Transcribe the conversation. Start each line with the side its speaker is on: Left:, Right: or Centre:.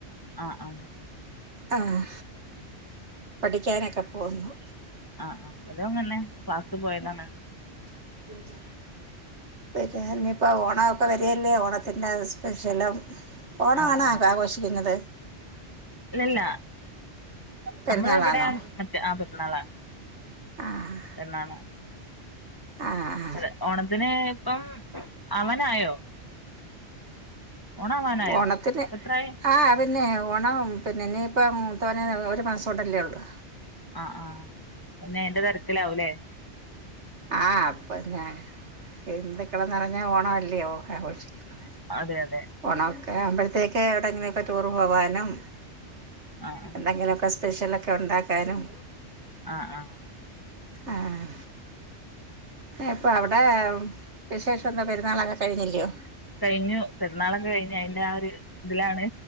Left: ആ ആ
Right: ആഹ് പഠിക്കാനൊക്കെ പോവുന്നു
Left: ആഹ് ആ ഇവലു അങ്ങനന്നെ ക്ലാസ്സ് പോയതാണ്
Right: <unintelligible> പ്പ വരല്ലേ ഓണത്തിന്റെ സ്പെഷ്യലും ഓണാണോ
Left: ആഹ്
Right: ആഘോഷിക്കുന്നത്
Left: ഇല്ല ഇല്ല
Right: പെരുന്നാളാണോ
Left: നമ്മൾ ഇവിടെ മറ്റേ ആ പെര്ന്നാളാണ്
Right: ആഹ്
Left: എന്നാണ്
Right: ആഹ്
Left: അതെ ഓണത്തിന് ഇപ്പം ആ വാ നായോ? ഓണാവാനായോ
Right: ഓണത്തിന്
Left: ഇപ്പെത്രായി
Right: ആ പിന്നെ ഓണം പിന്നെനീപ്പം മുതോന് ഒരു മാസല്ലേ ഉള്ളൂ.
Left: ആഹ് ആഹ് പിന്നെഅയ്ന്റെ തെരെക്‌ലാവുംലേ?
Right: ആഹ് അപ്പൊ ഞാ <unintelligible> നിറഞ്ഞാ ഓണ അല്ലയോ ആഘോഷിക്കുന്നത്.
Left: അതെ അതെ
Right: ഓണംമൊക്കെ ആവുംമ്പോഴത്തേക്ക് എവിടെ ങ്കി ലൊക്കെ ടൂറ് പോവാനും
Left: ആഹ് ആഹ്
Right: എന്തെങ്കിലൊക്കെ സ്പെഷ്യലൊക്കെ ഉണ്ടാക്കാനും
Left: ആഹ് ആഹ്
Right: ആഹ്. ഇപ്പൊ അവിടെ വിശേഷംന്താ പെരുന്നാളൊക്കെ കഴിഞ്ഞില്യോ?
Left: കഴിഞ്ഞു പെരുന്നാളൊക്കെ കഴിഞ്ഞു അയ്ന്റെ ആ ഒരു ഇതിലാണ്